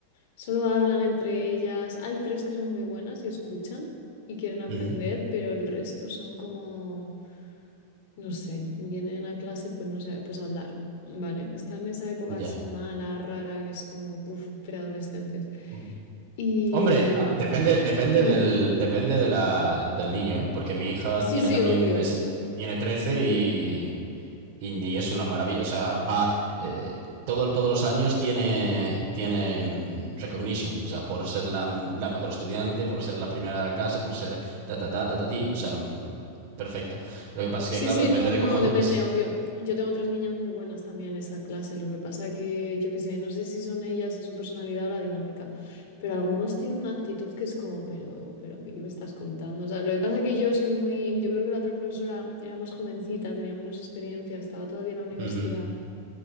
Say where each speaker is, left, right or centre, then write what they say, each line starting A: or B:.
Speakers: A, on the left; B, on the right.
A: solo hablan entre ellas. Hay tres que son muy buenas y escuchan y quieren aprender,
B: ujú,
A: pero el resto son como no sé, vienen a clase, pues no sé, pues a hablar, ¿vale? Están en esa época
B: Ya.
A: así mala, rara, que es como, puf, preadolescentes.
B: Mm.
A: Y...
B: Hombre,
A: mm,
B: ah, depende, depende
A: mm,
B: del, depende de la, del niño, ¿eh? Porque mi hija
A: sí,
B: tiene
A: sí,
B: también,
A: obvio,
B: es-
A: obvio.
B: tiene trece
A: Ujú.
B: y, y, y es una maravilla. O sea, va, eh, todo, todos los años tiene, tiene mm, recognitions. O sea, por ser la, la mejor estudiante, por ser la primera de la clase, por ser ta, ta, ta, ta, ta, ti. O sea, mm, perfecta. Lo que pasa es
A: Sí,
B: que, claro,
A: sí,
B: depende
A: no,
B: de
A: no,
B: cómo eduques.
A: depende, obvio. Yo tengo tres niñas muy buenas también en esa clase. Lo que pasa que, yo qué sé, no sé si son ellas y su personalidad o la dinámica, pero algunos tienen una actitud que es como, pero, pero a mí, ¿qué me estás contando? O sea, lo que pasa que yo soy muy, yo creo que la otra profesora era más jovencita, tenía menos experiencia, estaba todavía en la universidad
B: Ujú,